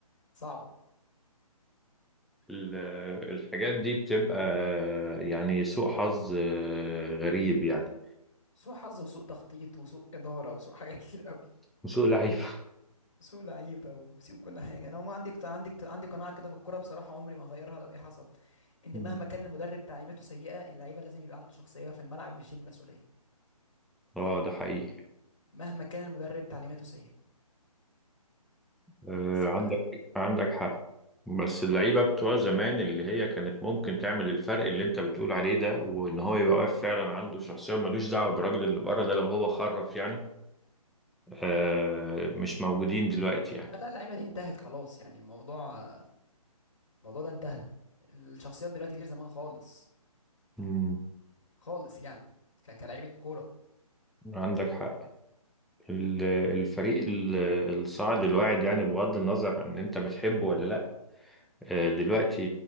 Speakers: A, on the left; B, in the centre.
A: صعبه
B: ال- الحاجات دي بتبقى يعني سوء حظ آه، غريب يعني
A: سوء حظ وسوء تخطيط وسوء اداره وسوء حاجات <laughs> كتير قوي
B: وسوء لعيبة
A: سوء لعيبه وسوء كل حاجه انا ما عندي قط- عندي قط- عندي قناعه كده في الكوره بصراحه عمري ما هغيرها لو ايه حصل ان
B: <laughs>
A: مهما كان المدرب تعليماته سيئه اللعيبه لازم يبقى عنده شخصيه في الملعب ويشيل المسؤوليه
B: اه ده حقيقي
A: مهما كان المدرب تعليماته سيئه
B: آه
A: بس انا
B: عندك عندك حق بس اللعيبة بتوع زمان اللي هي كانت ممكن تعمل الفرق اللي انت بتقول عليه ده وان هو يبقى واقف فعلا عنده شخصية ملوش دعوة بالراجل اللي بره ده لو هو خرف يعني آه مش موجودين دلوقتي يعني
A: لا لا اللعيبه دي انتهت خلاص يعني الموضوع الموضوع ده انتهى الشخصيات دلوقتي غير زمان خالص
B: مم.
A: خالص يعني ك- كلاعيبه كوره
B: عندك حق ال- الفريق ال- الصاعد الواعد يعني بغض النظر عن ان انت بتحبه ولا لا آه دلوقتي